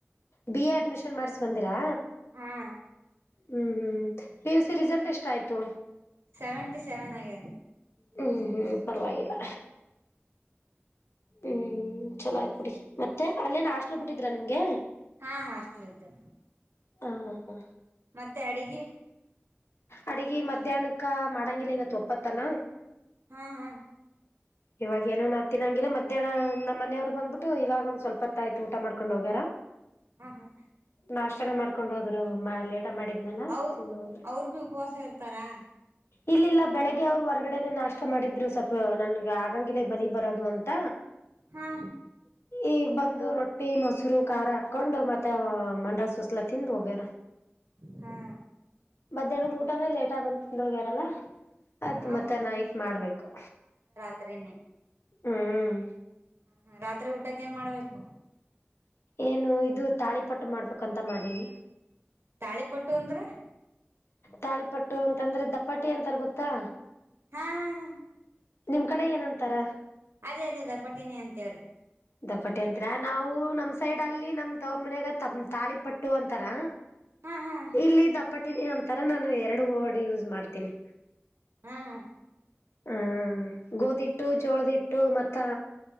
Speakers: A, on the left; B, on the right.
A: B A admission ಮಾಡಸ ಬಂದಿರಾ
B: ಹಾ
A: ಹ್ಮ್ ಹ್ಮ್ ಪಿ ಯು ಸಿ ರಿಸಲ್ಟ್ ಎಷ್ಟ ಆಯ್ತು
B: ಸೆವೆಂಟಿ ಸೆವೆನ್ ಆಗ
A: ಹ್ಮ್ ಹ್ಮ್ ಪರವಾಗಿಲ್ಲ ಹ್ಮ್ ಚಲೋ ಆಯ್ತ್ ಬಿಡಿ ಮತ್ತೆ ಅಲ್ಲೇನ್ ಹಸ್ಟ್ಲ್ ಬಿಟ್ಟಿದ್ರಾ ನಿಮ್ಗೆ
B: ಹಾ ಹಾಸ್ಟಲ್ ಇದ್ದು
A: ಹ ಹ
B: ಮತ್ತೆ ಅಡಿಗೆ
A: ಅಡಗಿ ಮಧ್ಯಾಹ್ನಕ್ಕ ಮಾಡಂಗಿಲ್ಲ ಇವತ್ ಒಪ್ಪತ್ತಲ
B: ಹಾ ಹಾ
A: ಇವಾಗ ಏನೋ ನಾ ತಿನಂಗಿಲ್ಲ ಮಧ್ಯಾಹ್ ನಮ್ಮ ಮನೆಯವರು ಬ್ ಇವಾಗ ಒಂದ್ ಸ್ವಲ್ಪತ್ತ ಆ್ತು ಊಟ ಮಾಡ್ಕೊಂಡ್ ಹೋಗ್ಯಾರ
B: ಹಾ ಹಾ
A: ನಾಷ್ಟಾನ ಮಾಡ್ಡ ಹೋದ್ರು ಮೇಲೆ ಮಾಡಿದ್ನ
B: ಅವ್ರ
A: ತಿಂದು ಹದ್ರ
B: ಅವ್ರ ಭಿ ಉಪವಾಸ ಇರ್ತಾರಾ
A: ಇಲ್ಲಿಲ್ಲ ಬೆಳಗ್ಗೆ ಅವರು ಕಡೆ ನಾಷ್ಟ ಮಾಡಿದ್ರು ಸ್ವಲ್ಪ ನನ್ಗೆ ಬಿ ಬರದು ಅಂತ
B: ಹಾ
A: ಈ ಬಂದು ರೊಟ್ಟಿ ಮ ಶುರು ಖಾರ್ ಹಾಕೊಂಡು ಮತ್ತೆ ಮಂಡಳ ಸುಸ್ಲ ತಿಂದು ಹೋಗ್ಯಾರ
B: ಹಾ
A: ಮಧ್ಯಾಹ್ನದ್ ಊಟಾನೇ ಲೇಟ್ ಆಬ ತಿಿಂದ ಹೋಗ್ಯಾರಲ್ಲ ಆಯ್ತ್
B: ಹ
A: ಮತ್ತ ನಾಯತ್ ಮಾಡ್ಬೇಕು
B: ಅತ್ರನ್ನ
A: ಹ್ಮ್
B: ಹ ಹಾ ರಾತ್ರಿ ಊಟಕ್ಕ ಏನ್ ಮಾಡ್ಬೇಕು
A: ಏನು ಇದು ತಾಳಿಪಟ್ಟು ಮಾಡ್ಬೇಕಂತ ಮಾಡೀನಿ
B: ತಾಳಿ ಪಟ್ಟು ಅಂದ್ರ
A: ತಾಳಿಪಟ್ಟು ಅಂತಂದ್ರೆ ದಪಾಟಿ ಅಂತಾರ ಗೊತ್ತಾ
B: ಹಾ ಹಾ ಹಾ
A: ನಿಮ್ ಕಡೆ ಏನಂತಾರ
B: ಅದೇ ಅದೇ ಅದ ಪಟಿನಿ ಅಂತೇವ್ರಿ
A: ದಪಟ್ಟಿ ಅಂತ್ರ ನಾವು ನಮ್ ಸೈಡ್ ಅಲ್ಲಿ ನಮ್ದ ಅವ್ರ ಮನ್ಯಾಗ ತಮ ತಾಳಿ ಪಟ್ಟು ಅಂತಾರ
B: ಹಾ ಹಾ
A: ಇಲ್ಲಿ ದಪಟಿನಿ ಅಂತಾರ ನಾನು ಎರಡು ಡ್ ಯೂಸ್ ಮಾಡ್ತೀನಿ
B: ಹ್ಮ್ ಹ್ಮ
A: ಹಾ ಗೋಧಿಟ್ಟು ಜೋಳದಿಟ್ಟು ಮತ್ತ